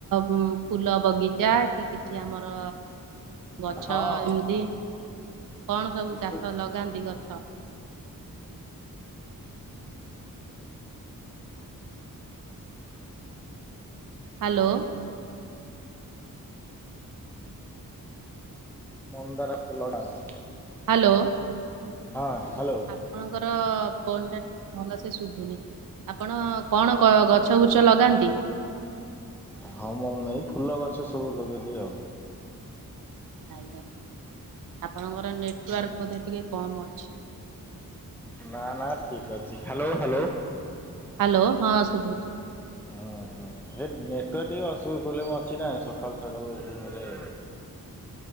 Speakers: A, on the right (about 65°); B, in the centre.
A: ଫୁଲ ବଗିଚା କି କିଛି ଆମର ଗଛ
B: ହଁ ହଁ
A: ଏମିତି
B: ହଁ।
A: କଣ ସବୁ
B: ସେ
A: ଚାଷ
B: ସେ
A: ଲଗାନ୍ତି ଗଛ? ହାଲୋ।
B: ମନ୍ଦାର ବେଲଡାସ
A: ହାଲୋ।
B: ହଁ ହାଲୋ।
A: ଆପଣଙ୍କର ଫୋନ ଟା ଭଲସେ ଶୁଭୁନି ଆପଣ କଣ ଗ ଗଛ ଛ ଗୁଛ ଲଗାନ୍ତି
B: ଆଉ ମନେ ନାହିଁ, ଫୁଲ ଗଛ ସବୁ ଲଗେଇଦିଏ ଆଉ।
A: ଆଜ୍ଞା ଆପଣଙ୍କର ନେଟୱାର୍କ ବୋଧେ ଟିକିେ କମ୍ ଅଛି।
B: ନା ନା ଠିକ ଅଛି। Hello hello.
A: ହ୍ୟାଲୋ ହଁ ଶୁଭୁଚି।
B: ହୁଁ ହଁ ସେ ନେଟୱାର୍କ ଟିକେ ଅସୁ ପ୍ରୋବ୍ଲେମ ଅଛି ନା ସକାଳୁ ସକାଳୁ ଏସବୁ ହେଲେ।